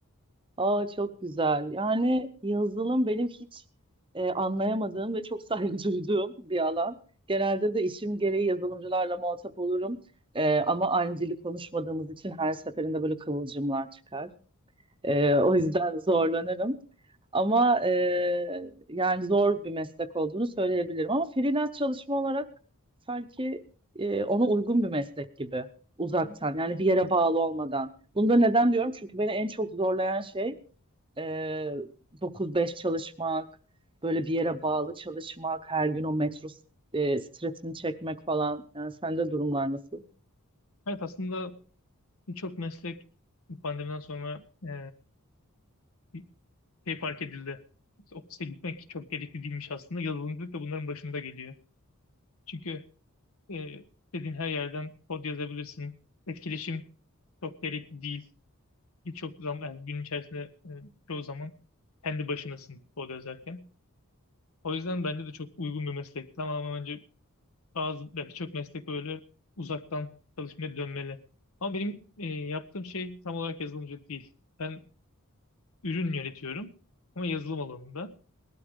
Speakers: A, on the right; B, on the left.
A: Aa çok güzel. Yani yazılım benim hiç e, anlayamadığım ve çok saygı <laughs> duyduğum bir alan. Genelde de işim gereği yazılımcılarla muhatap olurum. E, ama aynı dili konuşmadığımız için her seferinde böyle kıvılcımlar çıkar. Ee, o yüzden zorlanırım. Ama e, yani zor bir meslek olduğunu söyleyebilirim. Ama freelance çalışma olarak sanki e, ona uygun bir meslek gibi uzaktan yani bir yere bağlı olmadan. Bunu da neden diyorum? Çünkü beni en çok zorlayan şey e, 9-5 çalışmak, böyle bir yere bağlı çalışmak, her gün o metro e, stresini çekmek falan. Yani sende durumlar nasıl?
B: Evet aslında birçok meslek pandemiden sonra e, bir şey fark edildi. İşte ofise gitmek çok gerekli değilmiş aslında. Yazılımcılık da bunların başında geliyor. Çünkü e, istediğin her yerden kod yazabilirsin. Etkileşim çok gerekli değil. birçok zaman yani gün içerisinde e, çoğu zaman kendi başınasın orada yazarken. O yüzden bence de çok uygun bir meslek. Tamamen bence bazı ya birçok meslek böyle uzaktan çalışmaya dönmeli. Ama benim e, yaptığım şey tam olarak yazılımcılık değil. Ben ürün yönetiyorum ama yazılım alanında.